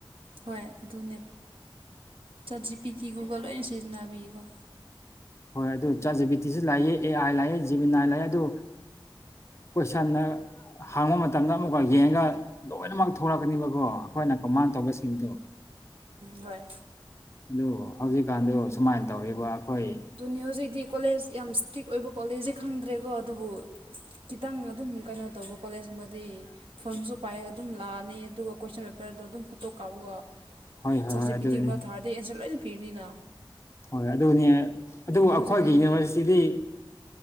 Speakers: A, on the right; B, on the left.
A: ꯍꯣꯏ ꯑꯗꯨꯅꯦ chat G P T Google ꯂꯣꯢ ꯁꯤꯖꯤꯟꯅꯕꯤꯌꯦꯀꯣ
B: ꯍꯣꯏ ꯑꯗꯨ ꯆꯥꯠ ꯖꯤ ꯄꯤ ꯇꯤꯁꯨ ꯂꯥꯛꯑꯦ ꯑꯦ ꯑꯥꯏ ꯂꯥꯛꯑꯦ ꯖꯤꯃꯤꯅꯥꯏ ꯂꯥꯛꯑꯦ ꯑꯗꯨ ꯀꯣꯏꯁꯟꯅ ꯍꯡꯕ ꯃꯇꯝꯗ ꯑꯃꯨꯛꯀ ꯌꯦꯡꯉꯒ ꯂꯣꯏꯅꯃꯛ ꯊꯣꯛꯂꯛꯀꯅꯤꯕꯀꯣ ꯑꯩꯈꯣꯏꯅ ꯀꯃꯥꯏ ꯇꯧꯕ ꯁꯤꯡꯗꯨ
A: ꯍꯣꯏ
B: ꯑꯗꯨ ꯍꯧꯖꯤꯛꯀꯥꯟꯗꯣ ꯁꯨꯃꯥꯏꯅ ꯇꯧꯔꯤꯕ ꯑꯩꯈꯣꯏ
A: ꯑꯗꯨꯅꯤ ꯍꯧꯖꯤꯛꯇꯤ ꯀꯣꯂꯦꯖ ꯌꯥꯝ ꯏꯁꯇ꯭ꯔꯤꯛ ꯑꯣꯏꯕ ꯀꯣꯂꯦꯖꯁꯦ ꯈꯪꯗ꯭ꯔꯦꯀꯣ ꯑꯗꯨꯕꯨ ꯈꯤꯇꯪ ꯑꯗꯨꯝ ꯀꯩꯅꯣ ꯇꯧꯕ ꯀꯣꯂꯦꯖꯀꯨꯝꯕꯗꯤ ꯐꯣꯟꯁꯨ ꯄꯥꯏꯔꯒ ꯑꯗꯨꯝ ꯂꯥꯛꯑꯅꯤ ꯑꯗꯨꯒ ꯀꯣꯏꯁꯟ ꯄꯦꯄꯔ ꯗꯣ ꯑꯗꯨꯝ ꯐꯣꯇꯣ ꯀꯥꯞꯄꯒ
B: ꯍꯣꯏ ꯍꯣꯏ ꯍꯣꯏ
A: ꯆꯥꯠ ꯖꯤ ꯄꯤ
B: ꯑꯗꯨꯅꯤ
A: ꯇꯤ ꯗꯒꯨꯝꯕ ꯊꯥꯔꯗꯤ ꯑꯦꯟꯁꯔ ꯂꯣꯏꯅ ꯄꯤꯔꯅꯤꯅ
B: ꯍꯣꯏ ꯑꯗꯨꯅꯦ ꯑꯗꯨꯕꯨ ꯑꯩꯈꯣꯏꯒꯤ
A: ꯍꯧꯖꯤꯛꯀꯥꯟꯒꯤ
B: ꯌꯨꯅꯤꯚꯔꯁꯤꯇꯤꯗꯤ